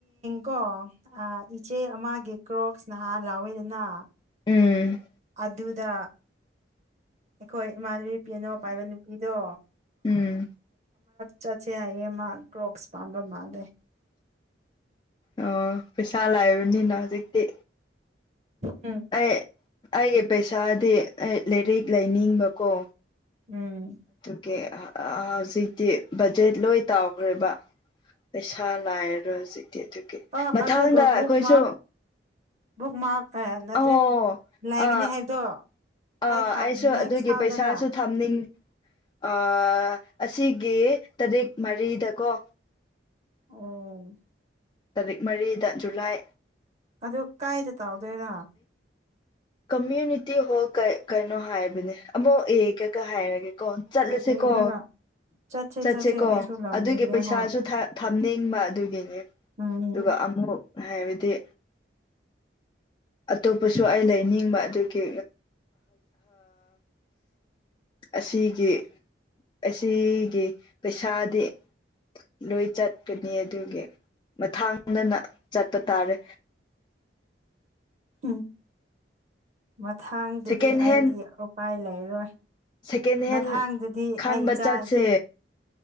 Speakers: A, on the right; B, on the left.
A: ꯀꯣ ꯏꯆꯦ ꯑꯃꯒꯤ ꯀ꯭ꯔꯣꯛꯁ ꯅꯍꯥꯟ ꯂꯥꯎꯋꯦꯗꯅ
B: ꯎꯝ
A: ꯑꯗꯨꯗ ꯑꯩꯈꯣꯏ ꯏꯃꯥꯟꯅꯕꯤ ꯄꯤꯅꯣ ꯄꯥꯏꯕ ꯅꯨꯄꯤꯗꯣ
B: ꯎꯝ
A: ꯆꯠꯁꯦ ꯍꯥꯏꯌꯦ ꯃꯥ ꯀ꯭ꯔꯣꯁ ꯄꯥꯝꯕ ꯃꯥꯜꯂꯦ
B: ꯑꯣ ꯄꯩꯁꯥ ꯂꯥꯛꯕꯅꯤꯅ ꯍꯧꯖꯤꯛꯇꯤ
A: ꯎꯝ
B: ꯑꯩ ꯑꯩꯒꯤ ꯄꯩꯁꯥꯗꯤ ꯑꯩ ꯂꯥꯏꯔꯤꯛ ꯂꯩꯅꯤꯡꯕꯀꯣ
A: ꯎꯝ
B: ꯑꯣꯀꯦ ꯍꯧꯖꯤꯛꯇꯤ ꯕꯖꯦꯠ ꯂꯣꯏ ꯇꯥꯎꯈ꯭ꯔꯦꯕ ꯄꯩꯁꯥ ꯂꯥꯏꯔꯔꯣꯏ ꯍꯧꯖꯤꯛꯇꯤ ꯑꯗꯨꯒꯤ
A: ꯑ
B: ꯃꯊꯪꯗ
A: ꯑꯗꯨꯒ ꯕꯨꯛ
B: ꯑꯩꯈꯣꯏꯁꯨ
A: ꯃꯥꯔꯛ ꯕꯨꯛ ꯃꯥꯔꯛ ꯑꯦ ꯅꯠꯇ꯭ꯔꯦ
B: ꯑꯣ
A: ꯂꯥꯏꯒꯅꯤ
B: ꯑ
A: ꯍꯥꯏꯕꯗꯣ
B: ꯑꯥ
A: ꯀꯥꯏ ꯊꯥ
B: ꯑꯩꯁꯨ
A: ꯅꯦꯛꯁ
B: ꯑꯗꯨꯒꯤ
A: ꯊꯥꯗꯔꯥ
B: ꯄꯩꯁꯥꯁꯨ ꯊꯝꯅꯤꯡꯉ ꯑꯥ ꯑꯁꯤꯒꯤ ꯇꯔꯤꯛ ꯃꯔꯤꯗꯀꯣ
A: ꯎꯝ
B: ꯇꯥꯔꯤꯛ ꯃꯔꯤꯗ ꯖꯨꯂꯥꯏ
A: ꯑꯗꯨ ꯀꯥꯏꯗ ꯇꯥꯎꯗꯣꯏꯅꯣ
B: ꯀꯃ꯭ꯌꯨꯅꯤꯇꯤ ꯍꯣ ꯀꯩꯅꯣ ꯍꯥꯏꯕꯅꯦ ꯑꯃꯨꯛ ꯀ ꯍꯥꯏꯔꯒꯦ ꯀꯣ ꯆꯠꯂꯁꯦꯀꯣ
A: ꯌꯦꯡꯉꯒ ꯆꯠꯁꯦ
B: ꯆꯠꯁꯦꯀꯣ
A: ꯆꯠꯁꯦ ꯑꯩꯁꯨ ꯂꯥꯎꯅꯤꯡꯉꯦ
B: ꯑꯗꯨꯒꯤ ꯄꯩꯁꯥꯁꯨ
A: ꯍꯣꯏ
B: ꯊꯝꯅꯤꯡꯕ ꯑꯗꯨꯒꯤꯅꯤ
A: ꯎꯝ
B: ꯑꯗꯨꯒ ꯑꯃꯨꯛ ꯍꯥꯏꯕꯗꯤ ꯑꯇꯣꯞꯄꯁꯨ ꯑꯩ ꯂꯩꯅꯤꯡꯕ ꯑꯗꯨꯒꯤ ꯑꯁꯤꯒꯤ ꯑꯁꯤꯒꯤ ꯄꯩꯁꯥꯗꯤ ꯂꯣꯏ ꯆꯠꯀꯅꯤ ꯑꯗꯨꯒꯤ ꯃꯊꯥꯡꯗꯅ ꯆꯠꯄ ꯇꯥꯔꯦ
A: ꯎꯝ ꯃꯊꯥꯡꯗꯗꯤ
B: ꯁꯦꯀꯦꯟ
A: ꯑꯩꯗꯤ
B: ꯍꯦꯟ
A: ꯎꯄꯥꯏ ꯂꯩꯔꯣꯏ
B: ꯁꯦꯀꯦꯟ ꯍꯦꯟ
A: ꯃꯊꯥꯡꯗꯗꯤ
B: ꯈꯟꯕ
A: ꯑꯩ ꯏꯆꯥ
B: ꯆꯠꯁꯦ